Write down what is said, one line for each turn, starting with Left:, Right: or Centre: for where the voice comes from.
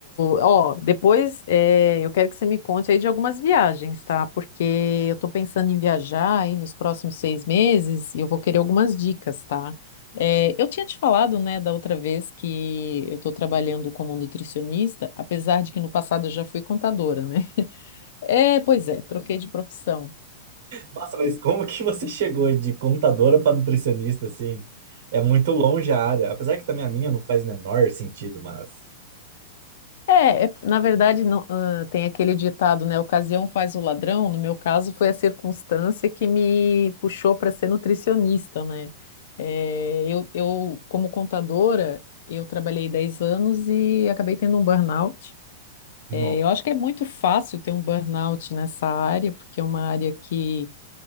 Left: Ó, depois eh, eu quero que você me conte aí de algumas viagens, tá? Porque eu tô pensando em viajar aí nos próximos seis meses e eu vou querer algumas dicas, tá? Eh, eu tinha te falado, né, da outra vez que eu tô trabalhando como nutricionista, apesar de que no passado eu já fui contadora, né? <laughs> É, pois é, troquei de profissão.
Right: Nossa, mas como que você chegou de contadora para nutricionista assim? É muito longe a área. Apesar que também a minha não faz o menor sentido, mas.
Left: É, é- na verdade, não, ah, tem aquele ditado, né? Ocasião faz o ladrão. No meu caso, foi a circunstância que me puxou para ser nutricionista, né? É, eu, eu, como contadora, eu trabalhei 10 anos e acabei tendo um burnout.
Right: No-
Left: É, eu acho que é muito fácil ter um burnout nessa área, porque é uma área que